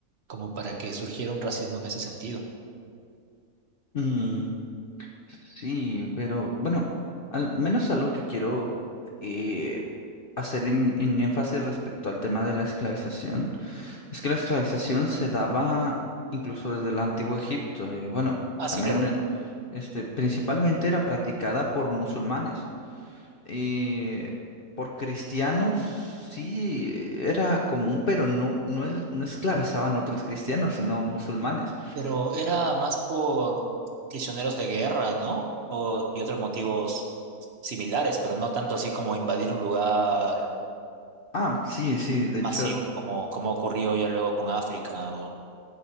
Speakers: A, on the right; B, on the left.
A: como para que surgiera un racismo en ese sentido.
B: "Mm, Sí, pero bueno, al menos algo que quiero eh, hacer en, en énfasis respecto al tema de la esclavización es que la esclavización se daba incluso desde el antiguo Egipto. eh, bueno,
A: Ah,
B: también
A: sí, claro.
B: eh, este, principalmente era practicada por musulmanes. eh, por cristianos sí era común, pero no, no, el- no esclavizaban a otros cristianos, sino musulmanes.
A: Pero era más por prisioneros de guerra, ¿no? O, y otros motivos similares, pero no tanto así como invadir un lugar
B: Ah, sí, sí, de hecho,
A: masivo como, como ocurrió ya luego con África. O,